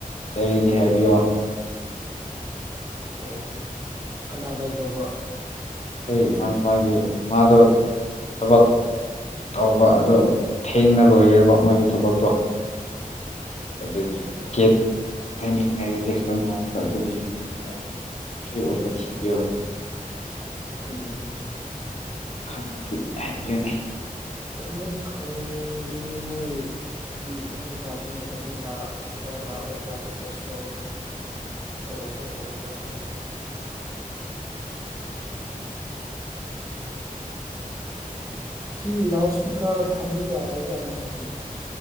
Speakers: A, on the left (about 50°); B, on the right (about 25°).
A: ꯂꯩꯔꯤꯗꯤ ꯍꯥꯏꯕꯤꯌꯣ
B: ꯑꯣ ꯀꯅꯥ ꯂꯩꯗꯧꯕ
A: ꯑꯩꯈ ꯃꯥ ꯃꯥꯒꯤ ꯃꯥꯗ ꯊꯕꯛ ꯇꯧꯕ ꯑꯗꯨ ꯊꯦꯡꯅ ꯂꯣꯏꯔꯦꯕ ꯃꯥꯒꯤ ꯊꯕꯛꯇꯣ ꯑꯗꯨꯒꯤ
B: ꯎꯝ
A: ꯒꯦꯠ ꯇꯥꯏꯃꯤꯡ ꯅꯨꯡꯉꯥꯏꯔꯗꯗꯤ ꯈꯔ ꯅꯨꯡꯉꯥꯏꯇꯣ ꯑꯗꯨꯗꯤ ꯌꯨꯝꯗ ꯐ꯭ꯔꯤ ꯑꯣꯏꯕ ꯊꯤꯕꯤꯌꯣ ꯍꯥꯏꯅ
B: ꯎꯝ
A: ꯈꯪꯉꯗꯤ ꯍꯥꯏꯕꯤꯒꯅꯤ
B: ꯑꯃꯨꯛ ꯈꯪꯕꯤꯒ ꯃꯣꯏ ꯅꯨꯄꯤ ꯑꯅꯤ ꯂꯥꯛꯕꯅꯤ ꯍꯥꯏꯕꯗꯨꯣ ꯂꯥꯛꯀꯗ꯭ꯔꯥ ꯂꯥꯛꯑꯣꯏꯗ꯭ꯔꯥ ꯍꯥꯏꯕꯗꯨꯣ ꯁꯤꯌꯣꯔ ꯇꯧꯕ꯭ꯔꯥ ꯇꯧꯗꯅꯕ ꯈꯪꯗꯦ ꯁꯤ ꯂꯥꯎꯠ ꯏꯁꯄꯤꯀꯔ ꯊꯝꯕ ꯌꯥꯗ꯭ꯔꯦꯖꯥꯠꯂꯥ ꯁꯤꯁꯦ